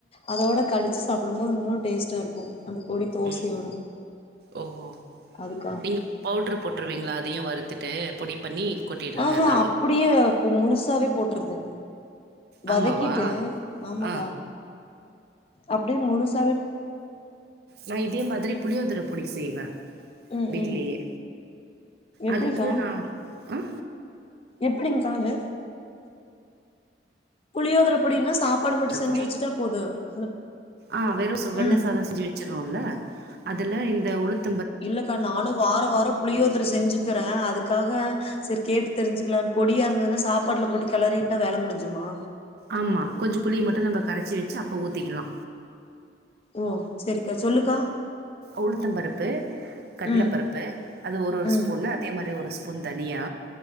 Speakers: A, on the left; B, on the right.
A: அதோட கடிச்சு சாப்பிடும்போது இன்னூ டேஸ்ட்டா இருக்கு அந்த பொடி தோசையோட
B: ம் ஓஹோ
A: அதுக்காக
B: நீங்க பவுடரு போட்டுருவீங்களா அதையு வறு த்துட்டு பொடி பண்ணி கொட்டிடுறது
A: ஆஹ்ஹா
B: அதோட
A: அப்படியே ப்ப முழுசாவே போட்டுறது வதக்கிட்டு
B: ஆமாவா
A: ஆமாக்கா
B: ஆ
A: அப்படியே முழுஸ்
B: நா இதே மாதிரி புளியோதர அப்படி செய்வ
A: ம்
B: வீட்லயே
A: ம் எப்படிக்கா
B: அதுக்கு நா அஹ
A: எப்படிங்க்கா அது புளியோதர பொடின்னா சாப்பாடு மட்டு
B: ட்ரிபிளு
A: செஞ்சு வச்சுட்டா போது அந்த
B: ஆஹ் வெறு வெள்ள
A: ம்
B: சாதோ செஞ்சு வச்சிருோம்ல அதுல இந்த உளுத்
A: இல்லக்கா நானு வார வாரோ புளியோதர செஞ்சுக்கிறே அதுக்காக சேரி கேட்டு தெரிஞ்சிக்கலான் பொடியா இருந்ததுன்னா சாப்பாட்டுல போட்டு கிளறிட்டா வேல முடிஞ்சிருமா
B: ஆமா கொஞ்சோ புளிய மட்டு நம்ம கரைச்சி வச்சு அப்ப ஊத்திக்கலா
A: ஓ செரிக்கா சொல்லுக்கா
B: உளுத்தம் பருப்பு கட்ல
A: ம்
B: பருப்பு அது ஒரு ஒரு
A: ம்
B: ஸ்பூனு அதே மா இந் மாரி ஒரு ஸ்பூன் தனியா